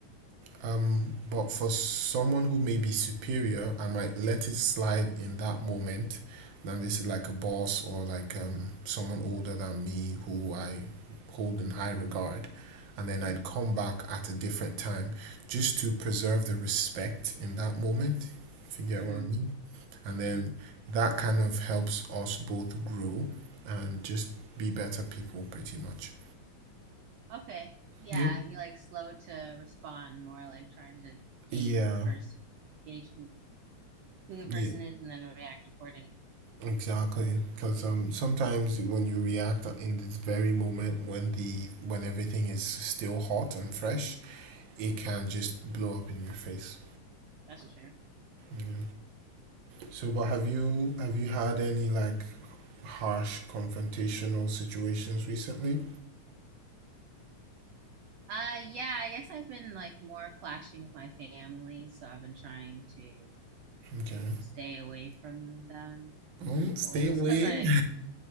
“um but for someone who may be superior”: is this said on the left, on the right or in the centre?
Right